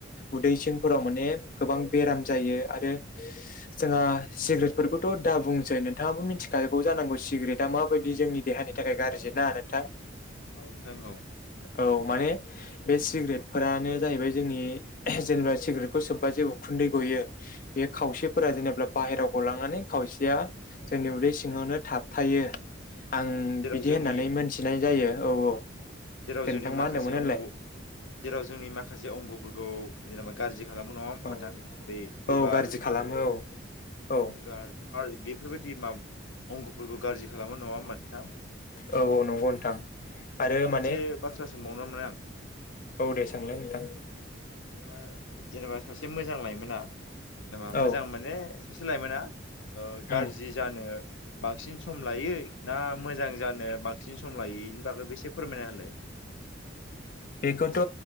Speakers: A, on the left; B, on the left.
A: उदै सिंफोराव माने गोबां बेराम जायो आरो जोंहा सिग्रेटफोरखौथ' दाबुंसै नोंथाङाबो मिथि गायगौ जानांगौ सिगरेटआ माबायदि जोंनि देहानि थाखाय गारजि ना नोंथां
B: औ नोंथां औ
A: औ माने बे सिग्रेटफोरानो जाहैबाय जोंनि जेनेबा सिग्रेटखौ सोब बा जेबो उखुन्दै गयो बे खावसेफोरा जेनेब्ला बाहेराव गलांनानै खावसेया जोंनि उ उदै बे सिङावनो थाबथायो आं
B: औ जेराव
A: बिदि
B: जोंनि
A: होननानै मोनथिनाय जायो औ औ
B: जेराव
A: दे
B: जोंनि
A: नोंथां
B: माखासे
A: मा होनदोंमोन होनलाय
B: अंगु जेराव जोंनि माखासे अंगुफोरखौ जेनेबा गारजि खालामो नङा होनबा
A: औ
B: नोंथां जेरै लिभार
A: औ गाज्रि खालामो औ औ
B: लिभार आर बेफोरबायदि माब अंगफोरखौ गारजि खालामो नङा होमबा नोंथां?
A: औ औ नंगौ नोंथां आरो मान
B: से बाथ्रा सोंबावनो मोन आं
A: औ दे सोंलाय नोंथां
B: जेनेबा जेनेबा सासे मोजां लाइमोना जेनेबा मोजां
A: औ
B: माने सासे लाइ मोना ओ गारजि
A: उम
B: जानो बांसिन सम लायो ना मोजां जानो बांसिन सम लायो इनि बागैबो एसे फोरमायना होल
A: बेखौथ'